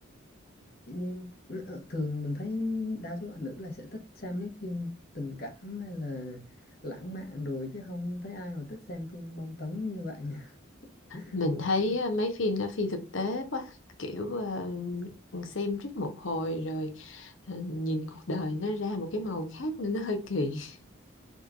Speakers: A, on the left; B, on the left.
A: như ờ, thường mình thấy đa số bạn nữ là sẽ thích xem mấy phim tình cảm hay là lãng mạn rồi chứ không thấy ai mà thích xem phim bom tấn như bạn <laughs>
B: mình thấy ờ, mấy phim đó phi thực tế quá kiểu ờ, xem riết một hồi rồi Ờ, nhìn cuộc đời nó ra một cái màu khác nên nó hơi kỳ <laughs>